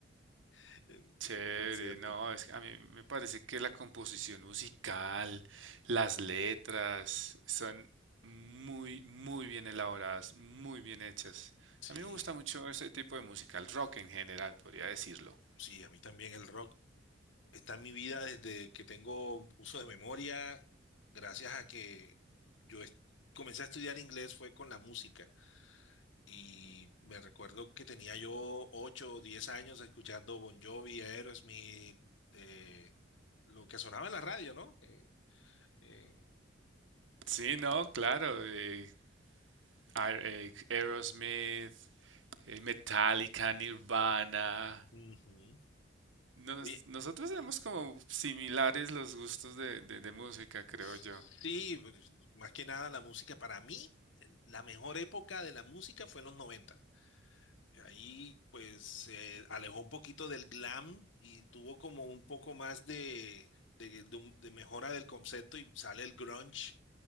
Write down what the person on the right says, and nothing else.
Chévere,
no, es que a mí me parece que la composición musical, las letras, son muy, muy bien elaboradas, muy bien hechas.
A mí me gusta mucho ese tipo de música, el rock en general, podría decirlo.
Sí, no, claro, eh, Ar- eh, Aerosmith, eh, Metallica, Nirvana.
Nos-
nosotros tenemos como similares los gustos de, de de música, creo
yo.